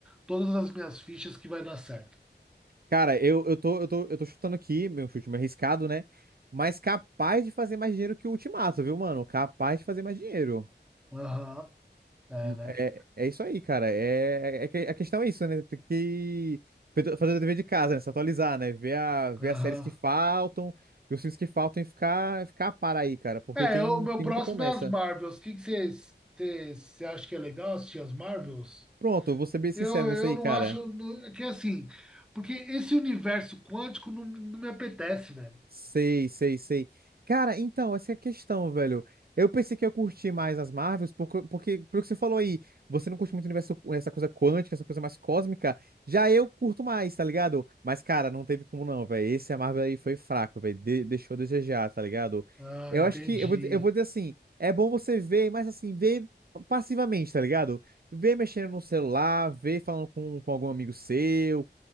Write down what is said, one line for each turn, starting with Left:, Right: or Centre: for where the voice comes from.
Centre: todas as minhas fichas que vai dar certo.
Right: Cara, eu, eu tô, eu tô, eu tô chutando aqui, meu chute meio arriscado, né? Mas capaz de fazer mais dinheiro que o Ultimato, viu, mano? Capaz de fazer mais dinheiro.
Centre: Aham, é,
Right: Hum,
Centre: né?
Right: É, é isso aí, cara. É, é é que- a questão é isso, né? Tem que fazer o dever de casa, né? Se atualizar, né? Ver, a, ver
Centre: Aham.
Right: as séries que faltam, ver os filmes que faltam e ficar, ficar a par aí, cara. Porque
Centre: É,
Right: tem,
Centre: o meu
Right: tem
Centre: próximo
Right: muita promessa.
Centre: é as Marvels. O que vocês acham que é legal assistir as Marvels?
Right: Pronto, eu vou ser bem sincero
Centre: Eu,
Right: nisso
Centre: eu
Right: aí,
Centre: não
Right: cara.
Centre: acho não- é que assim, porque esse universo quântico não, não me apetece, velho.
Right: Sei, sei, sei. Cara, então, essa é a questão, velho. Eu pensei que eu curti mais as Marvels, porque, porque pelo que você falou aí, você não curte muito o universo, essa coisa quântica, essa coisa mais cósmica. Já eu curto mais, tá ligado? Mas, cara, não teve como não, velho. Esse a Marvel aí foi fraco, velho. De- deixou a desejar, tá ligado?
Centre: Ah,
Right: Eu
Centre: entendi.
Right: acho que, eu vou, dizer- eu vou dizer assim, é bom você ver, mas assim, ver passivamente, tá ligado? Ver mexendo no celular, ver falando com, com algum amigo seu,